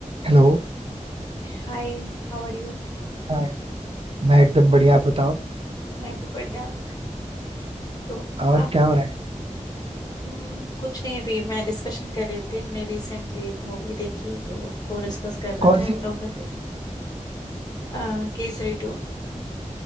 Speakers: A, on the right; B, on the left.
A: Hello
B: Hi How are you
A: Hi मैं एकदम बढ़िया आप बताओ
B: मैं भी बढ़िया तो
A: और
B: आज
A: क्या हो रहा है
B: हम्म, कुछ नहीं अभी मैं डिस्कशन कर रही थी हमने रिसेंटली एक मूवी देखी तो उसको डिस्कस कर रहे
A: कौन
B: थे हम
A: सी
B: लोग घर पे आ, केसरी टू